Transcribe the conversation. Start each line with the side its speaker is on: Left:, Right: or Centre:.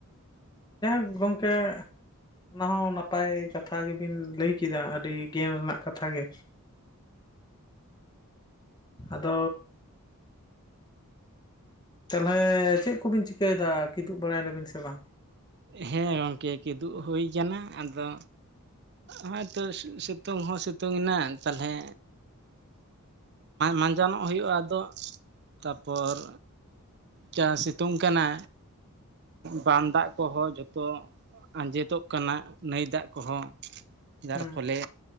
Left: ᱡᱟᱭ ᱦᱚᱠ ᱜᱚᱢᱠᱮ ᱚᱱᱟ ᱦᱚᱸ ᱱᱟᱯᱟᱭ ᱠᱟᱛᱷᱟ ᱜᱮᱵᱤᱱ ᱞᱟᱹᱭ ᱠᱮᱫᱟ ᱟᱹᱰᱤ ᱜᱮᱟᱱ ᱨᱮᱱᱟᱜ ᱠᱟᱛᱷᱟ ᱜᱮᱼᱼ ᱟᱫᱚᱼᱼ ᱛᱟᱦᱚᱞᱮ ᱪᱮᱫ ᱠᱚᱵᱤᱱ ᱪᱤᱠᱟᱹᱭᱮᱫᱟ ᱠᱤᱫᱩᱵ ᱵᱟᱲᱟᱭ ᱱᱟᱵᱤᱱ ᱥᱮ ᱵᱟᱝ?
Right: ᱦᱮᱸ ᱜᱚᱢᱠᱮ ᱠᱤᱫᱩᱩᱜ ᱦᱩᱭ ᱠᱟᱱᱟ ᱟᱫᱚ᱾ ᱦᱳᱭᱛᱚ ᱥᱤᱛᱩᱝ ᱦᱚᱸ ᱥᱤᱛᱩᱝ ᱮᱱᱟ ᱛᱟᱦᱚᱞᱮᱼᱼ ᱢᱟᱸᱡᱟᱱᱚᱜ ᱦᱩᱭᱩᱜᱼᱟ ᱟᱫᱚ ᱛᱟᱨᱯᱚᱨ ᱡᱟ ᱥᱤᱛᱩᱝ ᱠᱟᱱᱟ ᱵᱟᱸᱫ ᱫᱟᱜᱼᱼ ᱠᱚᱦᱚᱸ ᱡᱚᱛᱚ ᱟᱸᱡᱮᱫᱚᱜ ᱠᱟᱱᱟ ᱱᱟᱹᱭ ᱫᱟᱜ ᱠᱚᱦᱚᱸᱼᱼ ᱡᱟᱨ
Left: ᱦᱩᱸ
Right: ᱯᱷᱚᱞᱮ